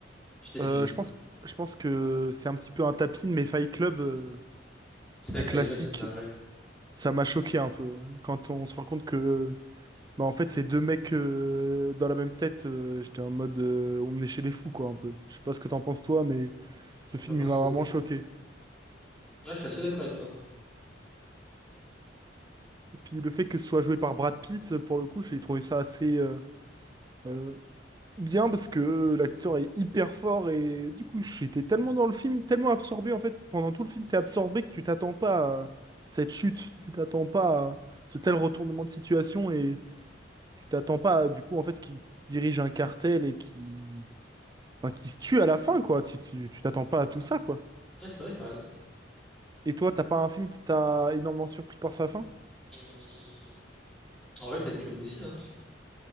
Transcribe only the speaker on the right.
Euh, je pense, je pense que c'est un petit peu un tapis, mais Fight Club, euh,
un
classique,
ça m'a choqué un peu hein. quand on se rend compte que, bah, en fait, c'est deux mecs euh, dans la même tête. euh, j'étais en mode, euh, on est chez les fous quoi, un peu. Je sais pas ce que t'en penses toi, mais ce film
il m'a
vraiment
choqué.
Puis le fait que ce soit joué par Brad Pitt, pour le coup, j'ai trouvé ça assez euh, euh, bien parce que l'acteur est hyper fort et du coup, j'étais tellement dans le film, tellement absorbé en fait, pendant tout le film, t'es absorbé que tu t'attends pas à cette chute, tu t'attends pas à ce tel retournement de situation et tu t'attends pas à, du coup en fait qui dirige un cartel et qui enfin, qui se tue à la fin quoi. Tu tu tu t'attends pas à tout ça quoi.
Et toi, t'as pas un film qui t'a énormément surpris par sa fin?